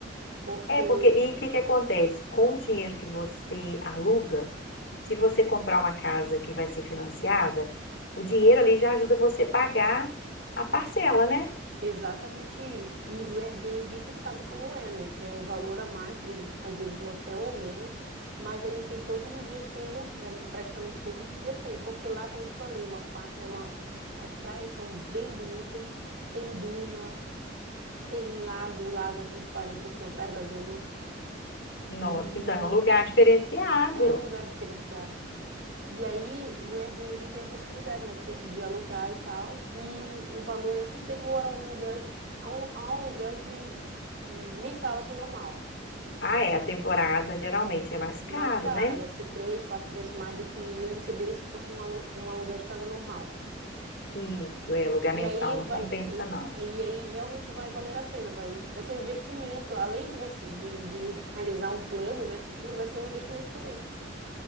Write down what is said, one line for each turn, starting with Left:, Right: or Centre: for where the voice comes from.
Right: Porque,
Left: É, porque, e o que que acontece? Com o dinheiro que você aluga, se você comprar uma casa que vai ser financiada, o dinheiro ali já ajuda você a pagar a parcela, né?
Right: exatamente isso. E no Airbnb tu sabe como é, né? É um valor a mais, de, um- às vezes do hotel ou menos, mas aí tem todos os dias tem aluguel, é, praticamente todos os dias tem. Porque lá, como eu te falei, é uma, pa- é uma, as praias são bem bonitas, tem duna, tem lago, lago transparente assim atrás da duna.
Left: Nossa,
Right: E
Left: então é um lugar diferenciado.
Right: é um lugar diferenciado. E aí, no Airbnb tem a possibilidade, né, de, de alugar e tal, e o valor é superior a um aluguel de, a um, a um aluguel de, de mensal, assim, normal.
Left: Ah,
Right: Assim,
Left: é, a temporada geralmente
Right: é, é
Left: é mais caro,
Right: mais cara,
Left: né?
Right: vai ser três, quatro vezes mais do que eu receberia se fosse um, alu, um aluguel de casa normal.
Left: Isso, é, lugar
Right: E
Left: mensal
Right: aí
Left: não
Right: vai,
Left: compensa,
Right: e,
Left: não.
Right: e aí realmente vai valer a pena, vai, vai ser um investimento, além de, vai ser- de, de realizar um plano, né, futuro, vai ser um investimento também.